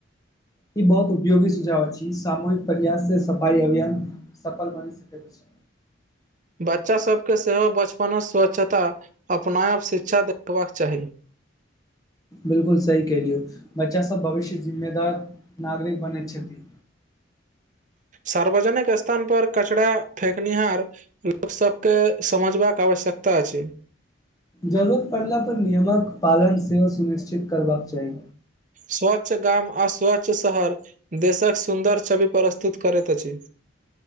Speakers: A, on the left; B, on the right.
A: ई बहुत उपयोगी सुझाव अछि। सामूहिक प्रयाससँ सफाई अभियान सफल बनि सकैत अछि।
B: बच्चासभकेँ सेहो बचपनसँ स्वच्छता अपनाबयक शिक्षा देबाक चाही।
A: बिलकुल सही केलियौ बच्चा सब भविष्य जिम्मेदार नागरिक बनैत छथिन
B: सार्वजनिक स्थान पर कचरा फेेकनिहार लोक सबके समझबाक आवश्यकता अछि
A: जरूरत पड़ला पर नियमक पालन सेहो सुनिश्चित करबाक चाही
B: स्वच्छ गाम आ स्वच्छ शहर देशक सुन्दर छवि प्रस्तुत करैत अछि